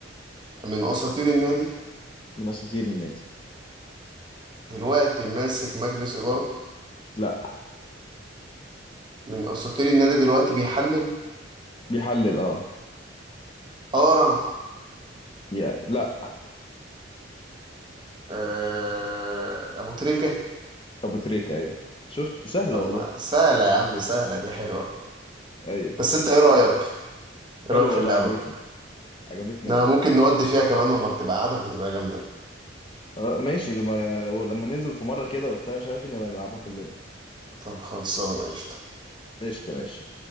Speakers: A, on the right (about 25°); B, on the left (about 25°).
A: من أساطير النادي
B: من أساطير النادي
A: دلوقتي ماسك مجلس إدارة
B: لا
A: من أساطير النادي دلوقتي بيحلل
B: بيحلل اه
A: قارع
B: يا لا
A: آه، أبو تريكة
B: أبو تريكة أيوه شفت سهلة
A: طب
B: والله
A: ما سهلة يا عم سهلة دي حلوة
B: أيوه
A: بس أنت إيه رأيك؟ إيه
B: حلوة
A: رأيك في
B: والله
A: اللعبة؟
B: عجبتني عجبتني
A: أنا
B: والله
A: ممكن نودي فيها كمان وما بتبقى عدد بتبقى جامدة
B: آه، ماشي لما لما ننزل في مرة كده وبتاع مش عارف إن نبقى نلعبها كلنا
A: طب خلصانة قشطة
B: قشطة ماشي